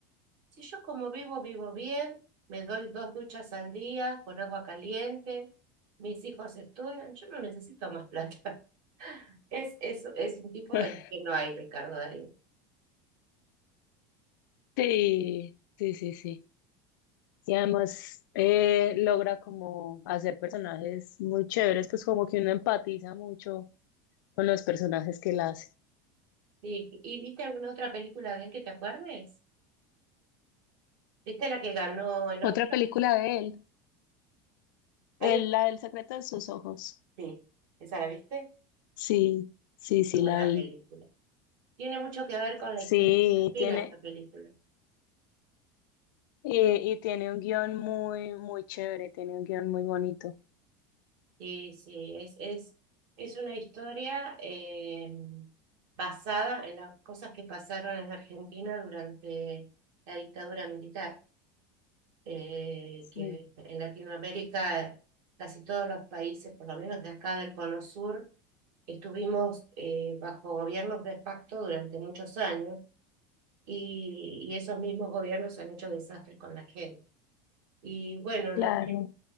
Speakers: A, on the right; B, on the left.
A: Si yo como vivo, vivo bien, me doy dos duchas al día con agua caliente, mis hijos estudian, yo no necesito más plata. <laughs> Es, es, es un tipo
B: <laughs>
A: del que no hay, Ricardo Darín.
B: Sí, sí, sí, sí. Y además eh, logra como hacer personajes muy chéveres, pues como que uno empatiza mucho con los personajes que él hace.
A: ¿Y, y viste alguna otra película de él que te acuerdes? ¿Viste la que ganó el
B: Otra
A: Oscar?
B: película de él, el-
A: Hay una... que-
B: la del secreto de sus ojos.
A: Sí, ¿esa la viste?
B: Sí, sí,
A: Muy
B: sí,
A: buena
B: la vi.
A: película. Tiene mucho que ver con la
B: Sí,
A: historia de Argentina
B: tiene,
A: esta película.
B: y, y tiene un guión muy, muy chévere, tiene un guión muy bonito.
A: Sí, sí, es, es, es una historia eh, basada en las cosas que pasaron en Argentina durante la dictadura militar, eh,
B: Sí,
A: que en Latinoamérica casi todos los países, por lo menos de acá del Cono Sur, estuvimos eh, bajo gobiernos de facto durante muchos años y, y esos mismos gobiernos han hecho desastres con la gente. Y bueno,
B: claro.
A: lo